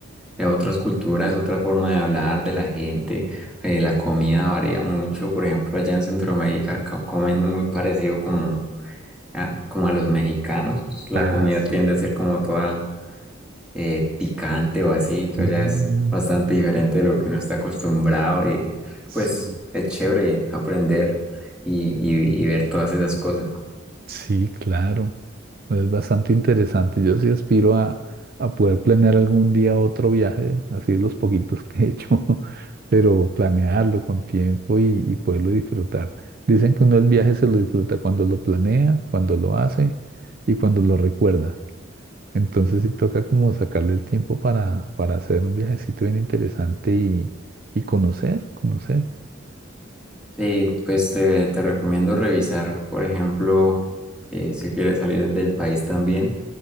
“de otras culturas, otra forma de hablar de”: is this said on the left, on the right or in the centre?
Centre